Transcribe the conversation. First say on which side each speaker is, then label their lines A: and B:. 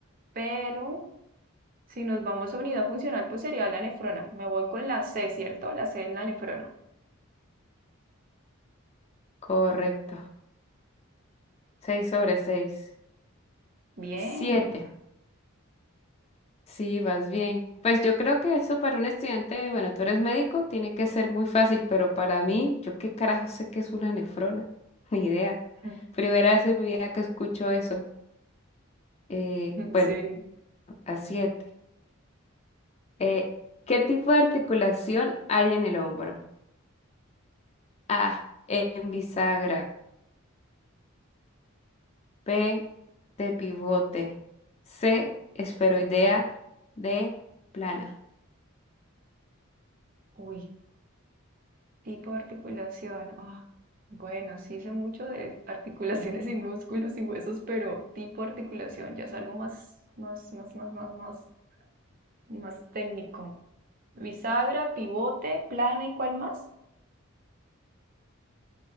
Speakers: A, on the right; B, on the left.
A: Pero si nos vamos a unidad funcional, pues sería la nefrona. Me voy con la C, ¿cierto? La C es la nefrona.
B: Correcto. 6 sobre 6.
A: Bien.
B: 7. Sí, vas bien. Pues yo creo que eso para un estudiante, bueno, tú eres médico, tiene que ser muy fácil, pero para mí, yo qué carajo sé que es una nefrona, <laughs> ni idea.
A: <laughs>
B: Primera vez en mi vida que escucho eso. Eh, bueno,
A: Sí.
B: a siete. Eh, ¿qué tipo de articulación hay en el hombro? A, en bisagra. B, de pivote. C, esferoidea. D, plana.
A: Uy, tipo de articulación. Ah, bueno, sí sé mucho de articulaciones y músculos y huesos, pero tipo de articulación ya es algo más, más, más, más, más, más, más técnico. Bisagra, pivote, plana y cuál más?